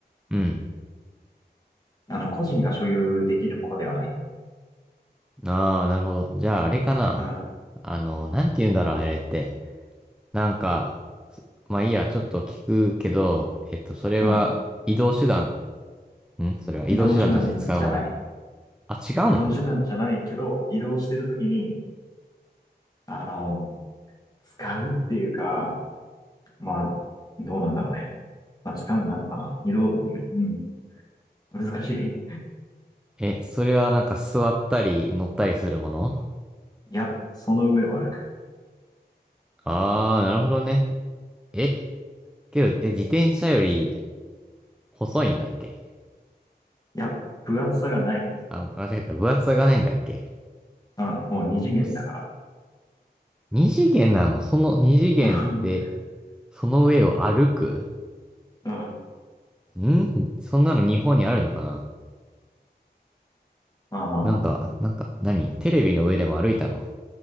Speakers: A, in the centre; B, on the left.
A: うん。
B: あの、個人が所有できるものではない。
A: ああ、なるほど。じゃあ、あれかな。
B: うん。
A: あの、なんて言うんだろう、あれって。なんか、すまあいいや、ちょっと聞くけど、えっと、それは移動手段。
B: うん。
A: んそれは移動手段として使うもの。
B: 移動手段じゃない。
A: あ、違うの
B: 移動手段じゃないけど、移動してるときに、あの、使うっていうか、まあ、どうなんだろうね。まあ、使うになるのかな。移動、うん、難しい。
A: え、それはなんか座ったり乗ったりするもの
B: いや、その上を歩く。
A: ああー、なるほどね。え、けど、え、自転車より細いんだっけ
B: いや、分厚さがない。
A: あ、間違えた。分厚さがないんだっけ
B: うん、もう二次元だか
A: うっす。二次元なのその二次元で、
B: ら。<laughs> うん、
A: その上を歩く
B: ま
A: んそんなの日本にあるのかな
B: あまあまあま
A: なんか、なんか、何テレビの上でも歩いたの